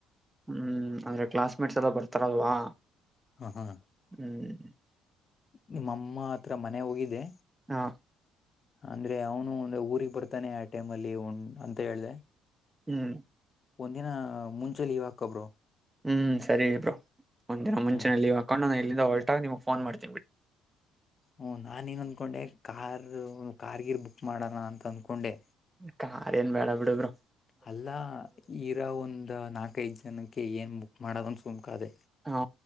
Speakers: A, on the right; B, on the left.
A: ಹ್ಮ್ ಅಂದ್ರೆ ಕ್ಲಾಸ್ಮೇಟ್ಸ್ ಎಲ್ಲ ಬರ್ತಾರಲ್ವಾ
B: ಹ ಹಾ
A: ಹ್ಮ್
B: ನಿಮ್ಮಮ್ಮ ಆತ್ರ ಮನೆ ಹೋಗಿದೆೆ
A: ಹಾ
B: ಅಂದ್ರೆ ಅವನು ಒಂದ್ರೆ ಊಗ್ ಬರ್ತಾನೆ ಆ ಟೈಮ್ ಅಲ್ಲಿನ್ ಅಂತ ಹೇಳ್ದ
A: ಹ್ಮ್
B: ಒಂದಿನ ಮುಂಚೆ ಲೀವ್ ಹಾಕಬರು
A: ಹ್ಮ್ ಸರಿ ಬ್ರೋ ಒಂದ್ ದಿನ ಮುಂಚೆಲ್ಲಿ
B: ಹ್ಮ್
A: ಹಾಕೊಂಡು ನ ಇಲ್ಲಿಂದ ಹೊಲ್ಟಾಗಿಮಗ್ ಫೋನ್ ಮಾಡ್ತಿ
B: ಹ ನಾನ ಏನ್ ಅಂದ್ಕೊಂಡೆ ಕಾರ್ ಕಾರ್ಗಿರ್ ಬುಕ್ ಮಾಡಣ ಅಂತ ಅಂದ್ಕೊಂಡೆ
A: ಕಖಾರ್ ಏನ್ ಬ್ಯಾಡ ಬಿಡಬರು
B: ಅಲ್ಲ ಇರಾ ಒಂದ್ ನಾಕೈದ್ ಜನಕ್ಕೆ ಏನ್ ಬುಕ್ ಮಾಡದನ್ ಸುಮಕ ಅದೇ
A: ಹಾ